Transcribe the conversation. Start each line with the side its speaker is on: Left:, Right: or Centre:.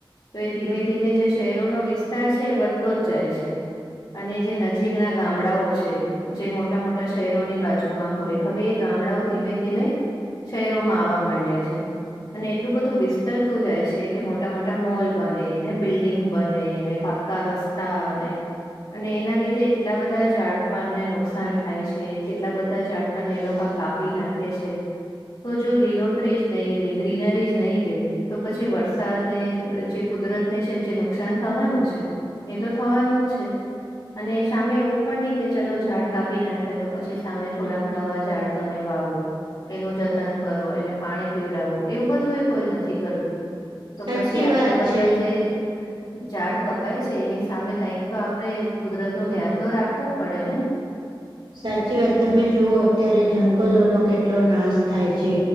Left: તો એ ધીમે ધીમે જે શહેરોનો વિસ્તાર છે એ વધતો જ જાય છે અને જે નજીક ના ગામડાઓ છે જે મો મોટા મોટા શહેરોની બાજુમાં હોય હવે એ ગામડાઓ ધીમે ધીમે શહેરોમાં આવવા માંડ્યા છે અને એટલું બધું વિસ્તરતું જાય છે કે મોટા મોટા મોલ બનેને બિલ્ડીિંગ બનેને રસ્તા એના લીધે એટલા બધા ઝડપાનને નુકાન નુકસાન થાય છે કેટલા બધા ઝાડ પરને એ લોકો કાપી નાખે છે તો જો લીલોતરી જ નહીં રે ગ્રીનરી જ નહીં રે તો પછી વરસાદ ને જે કુદરત ને છે જે નુકસાન થવાનું છે એ તો થવાનો જ છે અને સામે એવું પણ નહી કે ચલો ઝાડ કાપ આપી નાખ્યા તો પછી, સામે થોડાક નવા ઝાડ તમે વાવો એનું, જતન કરો એને પાણી પીવડાવો એવું બધું એ કોઈ નથી, કરતુ તો
Right: સાચી
Left: પછી આટલા
Right: વાત
Left: બધા,
Right: છે
Left: જે ઝાડ કપાય છે. એની સામે કઈક, તો આપડે કુદરત નું ધ્યાન તો રાખવું પડે ને
Right: સાચી વાત તમે જોુવ, અત્યારે જંગલો નો કેટલો નાશ થાય છે,